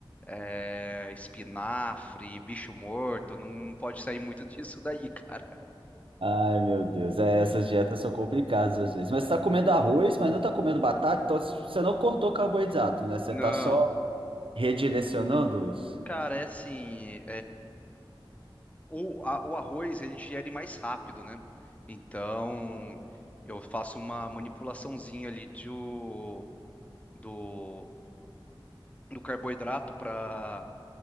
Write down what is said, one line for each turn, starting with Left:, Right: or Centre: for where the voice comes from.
Left: é, espinafre, bicho morto. Não pode sair muito <laughs> disso daí, cara.
Right: Ai, meu Deus, é, essas dietas são complicadas às vezes. Mas você tá comendo arroz, mas não tá comendo batata, então você não cortou carboidrato, né? Você
Left: Não,
Right: tá só redirecionando os.
Left: cara, é assim. O, a- o arroz ele digere mais rápido, né? Então eu faço uma manipulaçãozinha ali de, o- do, do carboidrato para